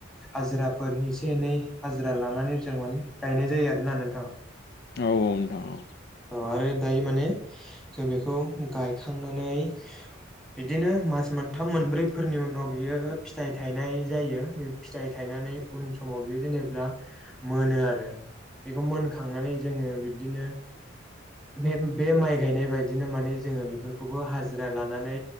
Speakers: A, in the centre; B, on the left (about 55°).
A: हजिराफोर एसे एनै हाजिरा लानानै जों माने गायनाय जायो आरोना नोंथां
B: औ नोंथां औ
A: अ आरो दायो माने जों बेखौ गायखांनानै इदिनो मास मोनथाम मोनब्रैफोरनि उनाव बियो फिथाइ थाइनाय जायो बे फिथायाइ थाइ थायनानै उन समाव बेयो जेनेब्ला मोनो आरो बेखौ मोनखांनानै जोङो बिब्दिनो बे बे माइ गायनाय बादिनो माने जोङो बेफोरखौबो हाजिरा लानानै